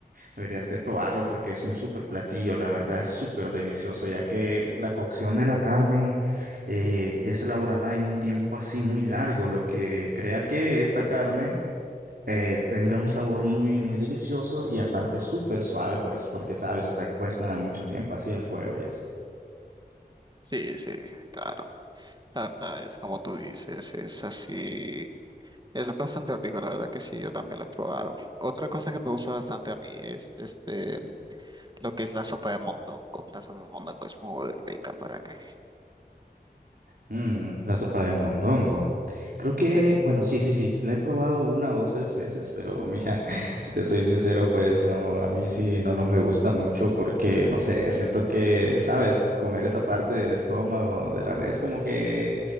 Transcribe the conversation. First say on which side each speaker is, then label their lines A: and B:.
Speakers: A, on the right; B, on the right.
A: deberías de probarlo? Porque es un súper platillo, la verdad es súper delicioso, ya que la cocción de la carne eh, es elaborada en un tiempo así muy largo, lo que crea que esta carne eh, tenga un sabor muy muy delicioso y aparte súper suave porque, porque sabes, está expuesta mucho tiempo así al fuego y es.
B: Sí, sí, claro. La verdad es como tú dices, es así. Es bastante rico, la verdad que sí, yo también lo he probado. Otra cosa que me gusta bastante a mí es este, lo que es la sopa de mondongo. La sopa de mondongo es muy rica, ¿para qué?
A: Mm, la sopa de mondongo. Creo que,
B: Sí,
A: bueno, sí, sí, sí, la he probado una o dos, tres veces, pero mira, <laughs> si te soy sincero, pues no, a mí sí, no, no me gusta mucho porque, no sé, siento que, sabes, comer esa parte del estómago, de la res, como que